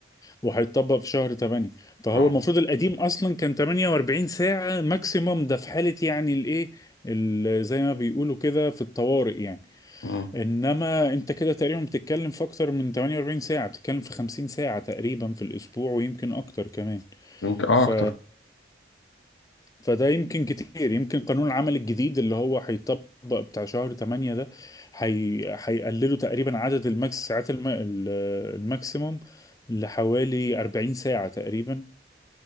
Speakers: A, on the left (about 20°); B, on the left (about 80°).
A: وهيتطبق في شهر 8 فهو
B: اه
A: المفروض القديم اصلا كان 48 ساعة ماكسيموم ده في حالة يعني الايه ال- زي ما بيقولوا كده في الطوارئ يعني
B: مم.
A: انما انت كده تقريبا بتتكلم في اكتر من 48 ساعة بتتكلم في 50 ساعة تقريبا في الاسبوع ويمكن اكتر كمان
B: يمكن اه
A: ف
B: أكتر
A: فده يمكن كتير يمكن قانون العمل الجديد اللي هو هيطبق بتاع شهر 8 ده هي... هيقللوا تقريبا عدد الماكس ساعات الم... ال- الماكسيموم لحوالي 40 ساعة تقريبا